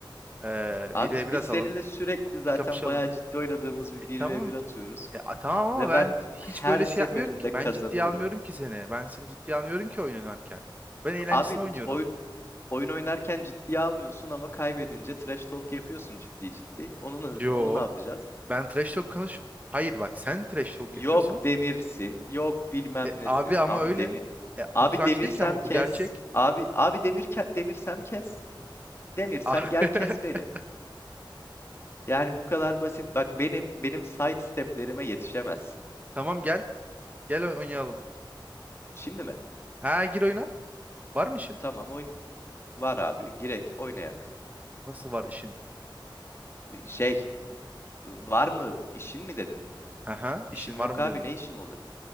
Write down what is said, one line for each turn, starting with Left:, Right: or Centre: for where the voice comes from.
Right: Ee,
Left: Abi
Right: bir v
Left: biz
Right: bir atalım.
Left: seninle sürekli zaten
Right: bir kapışalım.
Left: bayağı ciddi oynadığımız bir
Right: E
Left: 1
Right: tamam.
Left: ve bir atıyoruz.
Right: E, a- tamam ama
Left: Ve
Right: ben
Left: ben
Right: hiç
Left: her
Right: böyle
Left: seferinde
Right: şey yapmıyorum ki.
Left: kazanıyorum.
Right: Ben ciddiye almıyorum ki seni. Ben seni ciddiye almıyorum ki oyun oynarken. Ben eğlencesine
Left: Abi
Right: oynuyorum.
Left: oy- oyun oynarken ciddiye almıyorsun ama kaybedince trash talk yapıyorsun ciddi ciddi. Onu,
Right: Yo.
Left: na- onu ne yapacağız?
Right: Ben trash talk konuş. Hayır bak sen trash talk
Left: Yok
Right: yapıyorsun.
Left: demirsin, yok bilmem
Right: E,
Left: nesin.
Right: abi ama
Left: Abi
Right: öyle.
Left: demir.
Right: E,
Left: Abi
Right: bu trash
Left: demirsem
Right: değil ki ama
Left: kes.
Right: bu gerçek.
Left: Abi abi demir ke- demirsem kes. Demirsem
Right: E, a- <laughs>
Left: gel kes beni. Yani bu kadar basit. Bak benim benim side steplerime yetişemezsin.
Right: Tamam gel. Gel oy- oynayalım.
Left: Şimdi mi?
Right: Ha gir oyuna. Var mı işin?
Left: Tamam Var abi. Girek oynayak.
Right: Nasıl var işin?
Left: Şey var mı işin mi dedin?
Right: Haha
Left: İşim
Right: işin
Left: yok
Right: var mı
Left: abi
Right: dedim.
Left: ne işim oldu?